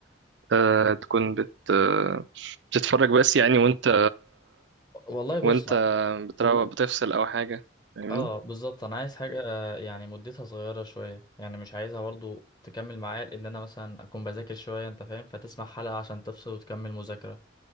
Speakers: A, on the right; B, on the left.
A: أه تكون بت آه، بتتفرج بس يعني وانت
B: والله بص
A: وانت بتروق بتفصل او حاجه فاهمني
B: اه بالظبط انا عايز حاجه يعني مدتها صغيره شويه يعني مش عايزها برضو تكمل معايا لان انا مثلا اكون بذاكر شويه انت فاهم فتسمع حلقه عشان تفصل وتكمل مذاكره